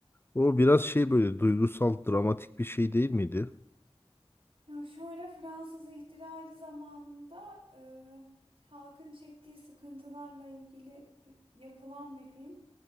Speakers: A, on the left; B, on the right.
A: O biraz şey böyle duygusal, dramatik bir şey değil miydi?
B: Ya şöyle Fransız İhtilali zamanında e, halkın çektiği sıkıntılarla ilgili e, yapılan bir film.